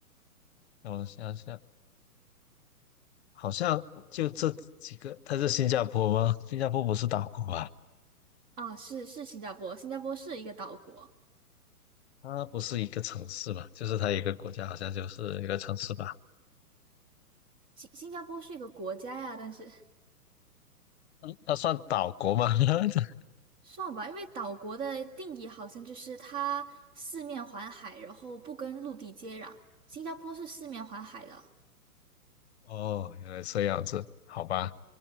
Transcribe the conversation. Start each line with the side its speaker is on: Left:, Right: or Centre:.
Left: 让我想想，好像就这几个，它是新加坡吗？新加坡不是岛国吧？
Right: 啊，是是新加坡，新加坡是一个岛国，
Left: 它不是一个城市吧，就是它一个国家，好像就是一个城市吧？
Right: 新新加坡是一个国家呀，但是。
Left: 嗯，它算岛国吗？<laughs>
Right: 算吧，因为岛国的定义好像就是它四面环海，然后不跟陆地接壤。新加坡是四面环海的，
Left: 哦，原来这样子，好吧，